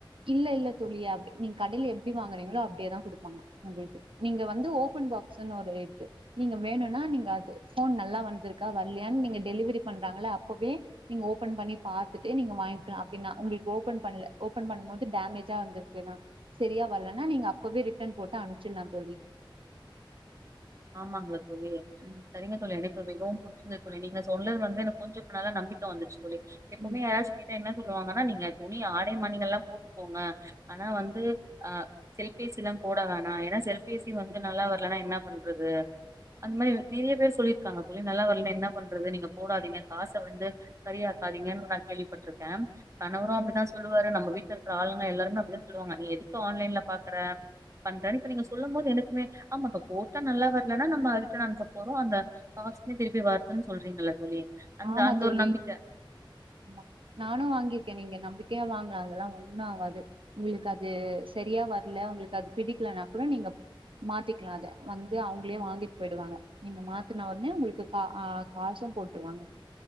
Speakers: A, on the right (about 75°); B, on the right (about 35°).
A: இல்ல இல்ல தோழி அப்டி நீ கடில எப் ப்டி வாங்குறீங்களோ அப்டியே தா குடுப்பாங்க உங்களுக்கு நீங்க வந்து ஓப்பன் பாக்ஸ்ன்ன இருக்கு நீங்க வேணும்னா நீங்க அது போன் நல்லா வந்துருக்கா வரலயான்னு நீங்க டெலிவிரி பண்றாங்கள அப்பவே நீங்க ஓப்பன் பண்ணி பாத்தட்டு நீங்க வாங்கிக்கலா அப்டின்னா உங்களுக்கு ஓப்பன் பண்ண ஓப்பன் பண்ணும் போது டேமேஜா வந்திருக்கு சரியா வரலனா நீங்க அப்பவே ரிட்டன் போட்டு அனுச்சிடலா தோழி
B: ஆமாங்களா தோழி
A: ம்
B: சரிங்க தோழி எனக்கு மிகவும் புச்சிருந்து தோழி நீங்க சொ தொல்லன் வந்து என கொஞ்சம்னால நம்பிக்கை வந்துச்சு தோழி எப்பவுமே
A: ம்
B: யாராச்சு கேட்டா என்ன சொல்லுவாங்கன்னா நீங்க துணி ஆடை மணிகள் எல்லா போட்டு போங்க ஆனா வந்து ஆ செல்பேசி எல்லாம் போட வேணா ஏன்னா செல்பேசி வந்து நல்லா வரலன்னா என்ன அது அந்த மாரி நெறைய பேர் சொல்லியிருக்காங்க தோழி அது நல்லா வரல என்ன பண்றது நீங்க போடாதீங்க காச வந்து கரியாக்காதீங்கன்னு நா கேள்விப்பட்டிருக்கே கணவரு அப்டிதா
A: ம்
B: சொல்லுவாரு நம்ம வீட்டு இருக்க ஆளுங்க எல்லாருமே அப்டியே சொல்லுவங்க நீ எதுக் சோ ஆன்லைன்ல பாக்குற பண்றோன இப்ப நீங்க சொல்லும் போது எனக்குமே ஆமா ப போட்டா நல்லா வரலன்னா நம ரிட்டன் அனுப்ப போறோ அந்த காஸ்டுமே திருப்பி வருதுன்னு சொல்றீங்களல்ல தோழி அந்த
A: ஆமா
B: அந்த
A: தோழி
B: ஒரு நம்பிக்க
A: ஆமா நானு வாங்கிருக்கே நீங்க நம்பிக்கையா வாங்கலா அதெல்லா ஒண்ணும் ஆகாது உங்களுக்கு அது சரியா வரல உங்களுக்கு அது பிடிக்கலனா கூட நீங்க மாத்திக்கலா அத வந்து அவங்களே வாங்கிட்டு போயிடுவாங்க நீங்க மாத்தினா உடனே உங்களுக்கு கா ஆ காசும் போட்டுவாங்க